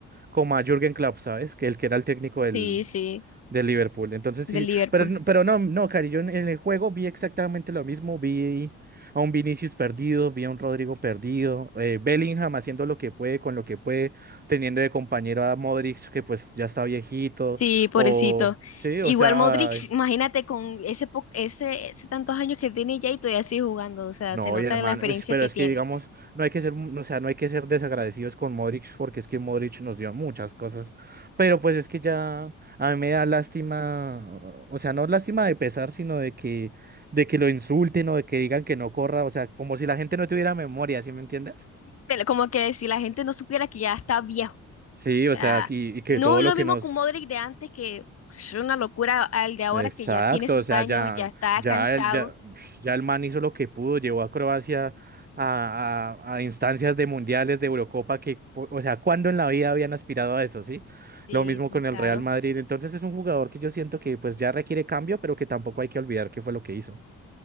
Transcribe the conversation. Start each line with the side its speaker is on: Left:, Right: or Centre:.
Right: como a Jürgen Klopp, ¿sabes? Que el que era el técnico del,
Left: sí, sí,
Right: de Liverpool. Entonces
Left: del
Right: sí,
Left: Liverpool.
Right: pero, no- pero no, no, Cari, yo en en el juego vi exactamente lo mismo, vi a un Vinicius perdido, vi a un Rodrigo perdido, eh, Bellingham haciendo lo que puede con lo que puede, teniendo de compañero a Modric que pues ya está viejito,
Left: Sí,
Right: o
Left: pobrecito.
Right: sí,
Left: Igual
Right: o sea,
Left: Modric,
Right: ay,
Left: imagínate con ese, po- ese, ese tantos años que tiene ya y todavía sigue jugando. O sea,
Right: No,
Left: se nota
Right: y el man,
Left: la experiencia
Right: uy, sí, pero
Left: que
Right: es
Left: tiene.
Right: que digamos, no hay que ser, mu- no, o sea, no hay que ser desagradecidos con Modric porque es que Modric nos dio muchas cosas, pero pues es que ya a mí me da lástima, o sea, no lástima de pesar, sino de que de que lo insulten o de que digan que no corra, o sea, como si la gente no tuviera memoria, ¿sí me entiendes?
Left: Pero como que si la gente no supiera que ya está viejo.
Right: Sí,
Left: O sea,
Right: o sea, aquí y que
Left: no
Right: todo
Left: es
Right: lo
Left: lo
Right: que
Left: mismo
Right: nos
Left: con Modric de antes, que es una locura al de ahora
Right: Exacto,
Left: que ya tiene sus
Right: o sea,
Left: años,
Right: ya,
Left: ya está
Right: ya,
Left: cansado.
Right: el, ya, ya el man hizo lo que pudo, llevó a Croacia a, a- a instancias de mundiales, de Eurocopa, que, po- o sea, ¿cuándo en la vida habían aspirado a eso, sí?
Left: Sí,
Right: Lo mismo
Left: sí,
Right: con
Left: claro.
Right: el Real Madrid, entonces es un jugador que yo siento que pues ya requiere cambio, pero que tampoco hay que olvidar qué fue lo que hizo.